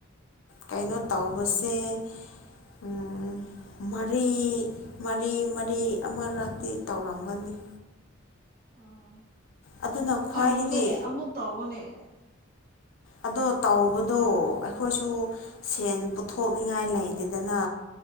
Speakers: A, on the left; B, on the right.
A: ꯀꯩꯅꯣ ꯇꯧꯕꯁꯦ ꯍ ꯎꯝ ꯃꯔꯤ ꯃꯔꯤ ꯃꯔꯤ ꯑꯃꯔꯛꯇꯤ ꯇꯧꯔꯝꯒꯅꯤ <unintelligible>
B: ꯑꯣ
A: ꯑꯗꯨꯅ ꯈ꯭ꯋꯥꯏꯗꯒꯤ
B: ꯐꯩꯅꯦ ꯑꯃꯨꯛ ꯇꯧꯕꯅꯦ
A: ꯑꯗꯣ ꯇꯧꯕꯗꯣ ꯑꯩꯈꯣꯏꯁꯨ ꯁꯦꯟ ꯄꯨꯊꯣꯛꯅꯤꯡꯉꯥꯏ ꯂꯩꯇꯦꯗꯅ